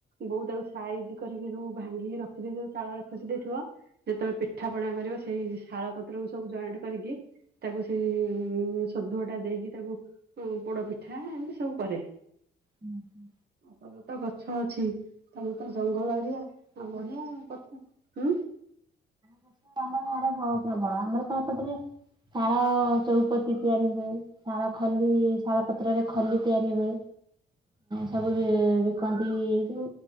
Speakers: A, on the right; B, on the right.
A: ବୋଉ ତାକୁ ସାଇଜ କରିକି ସବୁ ଭାଙ୍ଗିକି ରଖିଦେଇ ଚାଳରେ ଖୋସି ଦେଇଥିବ ଯେତେବେଳେ ପିଠା ପଣା କରିବ ସେଇ ଶାଳ ପତ୍ରକୁ ସବୁ ଜଏଣ୍ଟ କରିକି ତାକୁ ସେଇ ସଦୁଆ ଟା ଦେଇକି ତାକୁ ପୋଡ଼ ପିଠା ଏମିତି ସବୁ କରେ।
B: ହୁଁ ହୁଁ।
A: ସବୁତ ଗଛ ଅଛି। ତମର ତ
B: <unintelligible>
A: ଜଙ୍ଗଲ
B: ତଳ
A: ଏରିଆ ଆଉ ବଢିଆ କଥା। ହୁଁ
B: ଗଛ ଆମର ୟାଡେ ବୋହୁ ପ୍ରବଳ ଆମର ପାହାପଟରେ ଶାଳ ଚଉପତି ତିଆରି ହୁଏ ଶାଳ ଖଲି ଶାଳ ପତ୍ରରେ ଖଲି ତିଆରି ହୁଏ ସବୁ ବିକନ୍ତି ଯୋଉ